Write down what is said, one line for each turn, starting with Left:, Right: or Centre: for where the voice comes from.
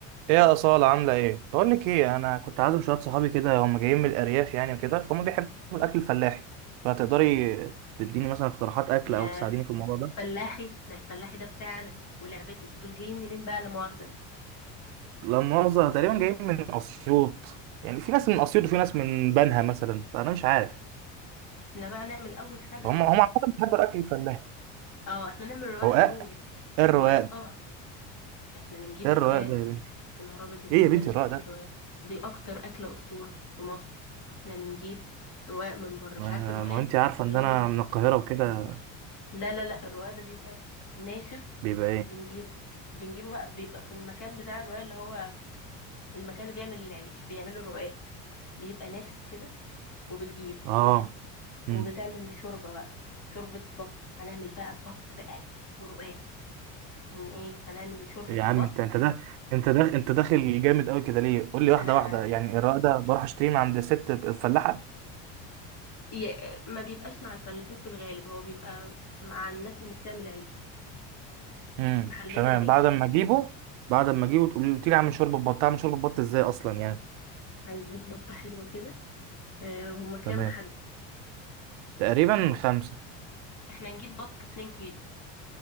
Right: ايه يا أصالة عاملة ايه؟ بقول لك ايه انا كنت عازم شوية صحابي كده هم جايين من الارياف يعني وكده فهم بيحبوا الاكل الفلاحي فتقدري تديني مثلا اقتراحات اكل
Left: يا
Right: او تساعديني في الموضوع ده؟
Left: فلاحي ده الفلاحي ده بتاعنا ولعبتي دول جايين منين بقى لا مؤاخذة
Right: لا مؤاخذة تقريبا جايين من اسيوط يعني في ناس من اسيوط وفي ناس من بنها مثلا فانا مش عارف
Left: احنا بقى نعمل اول حاجة
Right: فهم
Left: رقاق
Right: هم عامة بيحبوا الاكل الفلاحي
Left: اه احنا نعمل رقاق
Right: رقاق
Left: ضروري
Right: ايه الرقاق
Left: رقاق
Right: ده؟
Left: طبعا احنا بنجيب
Right: ايه
Left: رقاق
Right: الرقاق ده يا بنتي؟
Left: يا نهار ابيض انت
Right: ايه
Left: ازاي
Right: يا بنتي
Left: مش
Right: الرقاق
Left: عارف
Right: ده؟
Left: الرقاق دي اكتر اكلة اسطورة في مصر احنا بنجيب رقاق من بره
Right: ما,
Left: مش عارف الرقاق
Right: ما انت عارفة ان
Left: اللي
Right: انا
Left: هو بيبقى
Right: من القاهرة وكده
Left: لا لا لا الرقاق ده بيبقى ناشف
Right: بيبقى ايه؟
Left: بنجيبه بنجيبه بقى بيبقى في المكان بتاع الرقاق اللي هو المكان اللي بيعمل العيش بيعملوا الرقاق بيبقى ناشف كده وبتجيب
Right: اه
Left: وبتعمل
Right: إمم.
Left: شوربة بقى شوربة بط هنعمل بقى بط بقى ورقاق يعني ايه هنعمل شوربة
Right: يا
Left: البط
Right: عم انت انت ده انت ده انت داخل جامد قوي كده ليه قول لي واحده
Left: انا
Right: واحده يعني الرق ده بروح اشتريه من عند ست الفلاحه
Left: ي- ما بيبقاش مع الفلاحين في الغالب هو بيبقى مع الناس اللي بتعمل عيش
Right: امم
Left: محلات
Right: تمام
Left: العيش
Right: بعد ما اجيبه بعد ما اجيبه تقول لي اعمل شوربه بط اعمل شوربه بط ازاي اصلا يعني
Left: هنجيب بطة حلوة كده آه، هما كام
Right: تمام
Left: حد
Right: تقريبا خمسه
Left: احنا نجيب بط 2 كيلو